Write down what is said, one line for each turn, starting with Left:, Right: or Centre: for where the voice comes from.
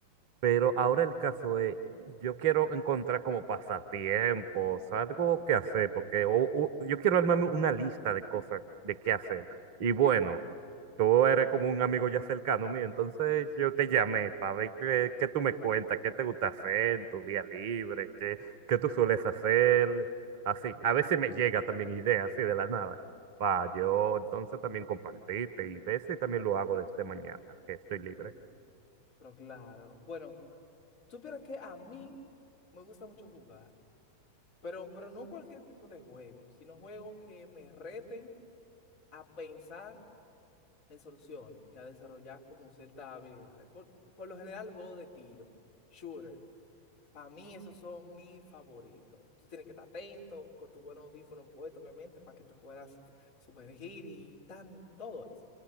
Right: Pero
Left: Bien.
Right: ahora el caso es, yo quiero encontrar como pasatiempos, algo que hacer, porque o- o- yo quiero armarme una lista de cosas de qué hacer. Y bueno, tú eres como un amigo ya cercano mío, entonces yo te llamé para ver qué, qué tú me cuentas, qué te gusta hacer en tu día libre, qué, qué tú sueles hacer, así. A veces me llega también ideas así de la nada, para yo entonces también compartirte y ver si también lo hago desde mañana, que estoy libre.
Left: Pero, pero claro. Bueno, supieras que a mí me gusta mucho jugar, pero, pero no cualquier tipo de juego, sino juegos que me reten a pensar en soluciones y a desarrollar como ciertas habilidades. Por, por lo general, juegos de tiro, shooter. Para mí esos son mis favoritos. Tú tienes que estar atento con tu buen audífono puesto, obviamente, para que te puedas sumergir y tan, todo eso.